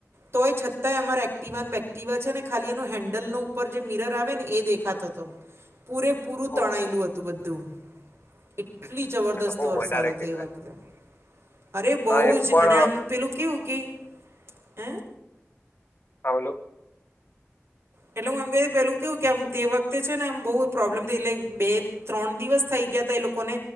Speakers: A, on the right (about 55°); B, on the left (about 45°).
A: તો એ છતાં અમારા- ટિવન બેક્ટિવા છે ને ખાલી એનું હેન્ડલનો ઉપર જે મિર આવે ને એ દેખાતો તો પૂરેપૂરું તણાયેલું
B: ઓહો આ
A: હતું બધું. એટલી, જબરદસ્ત
B: તો બહુ
A: વરસાદ
B: વધારે
A: હતો,
B: કહેવાય
A: એ વખતે અરે બહુ
B: હા એમ
A: જ,
B: પણ
A: અને આમ- પેલુ કેવું કે હ
B: <unintelligible>
A: એટલે, હું એમ કહી, પેલું કેવું કે, આમ તે વખતે છે ને, આમ બહુ પ્રોબ્લેમ થાય, એટલે બે- ત્રણદિવસ થઈ ગયા હતા, એ લોકોને,